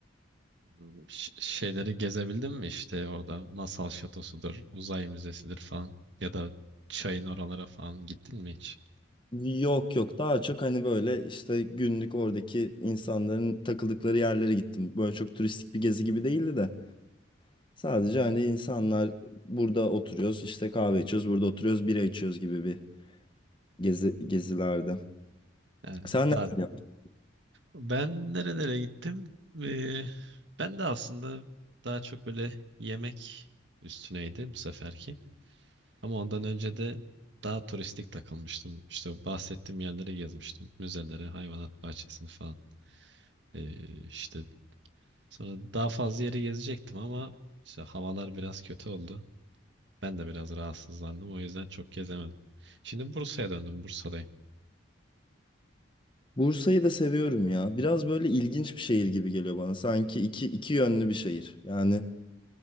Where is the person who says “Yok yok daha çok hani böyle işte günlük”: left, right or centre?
Left